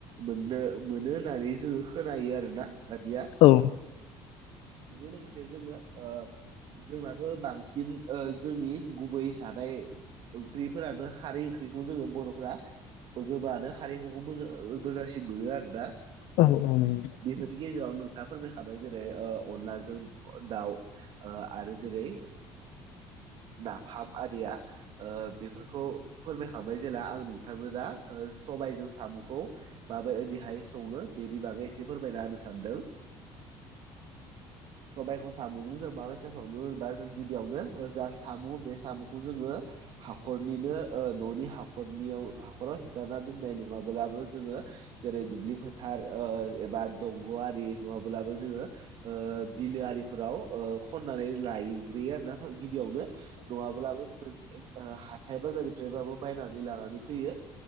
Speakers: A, on the right (about 60°); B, on the left (about 75°).
A: मोननो मोनो होननानै जोङो खोनायो आरो ना दानिया
B: औ
A: बेजों लोगोसे जोङो ओ जोंनाथ' बांसिन ओ जोंनि गुबै जानाय ओंख्रिफोरानो खारै ओंख्रिखौ जोङो बर'फोरा्रा गोबाङानो खारेंग्राखौोजां मोजांसिन मोनो आरोना।
B: औ औ नंगौ
A: बेफोरनि गेजेराव नोंथाङा फोरमायखाबाय जेरै ओ अनलाजों दाउ। ओ आरो जेरै नाफाम आरिया ओ बेफोरखौ फोरमायखांबाय जेला आं नोंथांनो दा सबायजों साम'खौ माबाय ओरैहाय सङो बेनि बागै एसे फोरमायना होनो सानदों। <inaudible> सबायाइखौ साम'जों जों मा मसेज हावनो होनबा जों गिबियावनो ओजा साम' बे साम'खौ जोङो हाखरनिनो ओ न'नि हाखरनियाव हाखराव हेगारनानै दोननाय नङाब्लाबो जोङो जेरै दुब्लि फोथार ओ एबा दंग'आि नङाब्लाबो जोङो ओ बिलो आरिफोराव खन्नानै लायग्रोयो आर ना गिबियावनो नङाब्लाबो हाथथाय बाजारनिफ्रायबाबो बायनानै लानानै फैयो